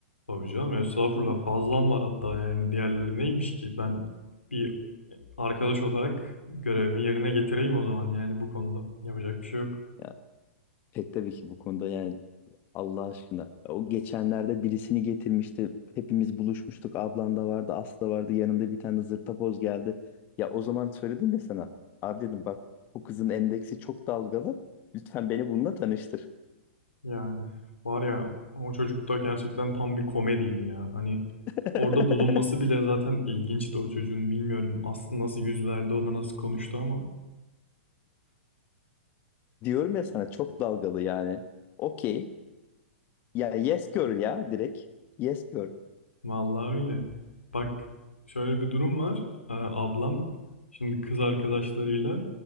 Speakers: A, on the left; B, on the left.
A: Tabii canım estağfurullah fazlan var hatta yani diğerleri neymiş ki ben bir arkadaş olarak görevimi yerine getireyim o zaman yani bu konuda. Yapacak bir şey yok.
B: Ya pek tabii ki bu konuda yani Allah aşkına. O geçenlerde birisini getirmişti. Hepimiz buluşmuştuk. Ablan da vardı, Aslı da vardı. Yanında bir tane zırtaboz geldi. Ya o zaman söyledim ya sana. Abi dedim bak bu kızın endeksi çok dalgalı. Lütfen beni bununla tanıştır.
A: Yani var ya o çocuk da gerçekten tam bir komediydi ya. Hani
B: <laughs>
A: orada bulunması bile zaten ilginçti o çocuğun. Bilmiyorum aslında nasıl yüz verdi ona nasıl konuştu ama.
B: Diyorum ya sana çok dalgalı yani. Okey. Ya yes girl ya direkt. Yes girl.
A: Vallahi öyle. Bak şöyle bir durum var. Ee, ablam şimdi kız arkadaşlarıyla